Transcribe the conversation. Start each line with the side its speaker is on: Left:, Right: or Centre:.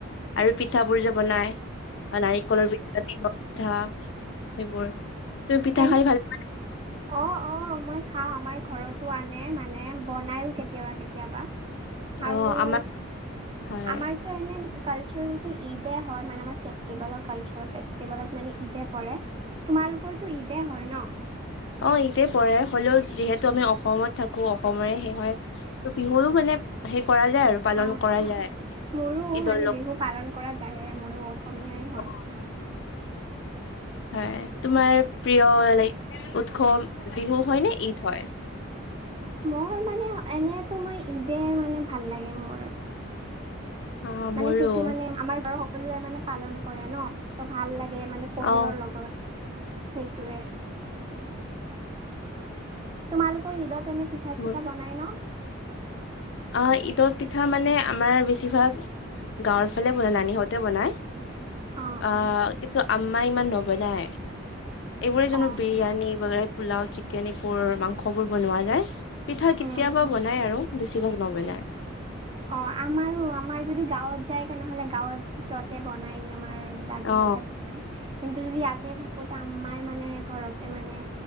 Left: আৰু পিঠা বোৰ যে বনাই অ নাৰিকলৰ পিঠা তিলৰ পিঠা সেইবোৰ তুমি পিঠা
Right: এনে
Left: খাই ভাল
Right: অ অ মই খাও আমাৰ ঘৰতো আনে মানে বনাইয়ো কেতিয়াবা কেতিয়াবা আৰু
Left: অ আমাৰ হয়
Right: আমাৰতো এনে কালচাৰটো ঈদে হয় মানে আমাৰ ফেষ্টিভেলৰ কালচাৰ ফেষ্টিভেলত মানে ঈদে পৰে তোমালোকৰটো ঈদে হয় ন
Left: অ ঈদে পৰে হলেও যিহেতু আমি অসমত থাকো অসমৰে সেই হয় তো বিহুৰো মানে সেই কৰা যায় আৰু পালন
Right: অ অহ
Left: কৰা যায়
Right: মোৰো
Left: ঈদৰ
Right: মানে
Left: লগ
Right: বিহু পালন কৰা যায় ময়ো অসমীয়াই হয়
Left: অহ হয় তোমাৰ প্ৰিয় লাইক উৎসৱ বিহু হয় নে ঈদ হয়
Right: মোৰ মানে এনেতো মই ঈদে মানে ভাল লাগে মোৰ
Left: অ
Right: মানে
Left: মোৰো
Right: সেইটো মানে আমাৰ বাৰু সকলোৱে মানে পালন কৰে ন ত ভাল লাগে মানে পৰিয়ালৰ
Left: অ
Right: লগত সেইটোৱে তোমালোকৰ ঈদত এনে পিঠা
Left: মোৰ
Right: চিঠা বনাই ন
Left: অ ঈদত পিঠা মানে আমাৰ বেছিভাগ গাঁৱৰ ফালে বনাই নানীহঁতে বনায়
Right: অ অ
Left: অ কিন্তু আম্মাই ইমান নবনায় এইবোৰে যোনবোৰ
Right: অ
Left: বিৰিয়ানী বলে পোলাও চিকেন এইবোৰ মাংস বোৰ বনোৱা যায় পিঠা
Right: উম
Left: কেতিয়াবা
Right: উম
Left: বনাই আৰু সেই বিলাক নবোনাই
Right: অ আমাৰো আমাৰ যদি গাঁৱত যায় তেনেহ'লে গাঁৱত সিহতে বনাই আমাৰ দাদিহঁতে
Left: অ
Right: বনায় কিন্তু যদি ইয়াতে থাকো আম্মাই মানে ঘৰতে মানে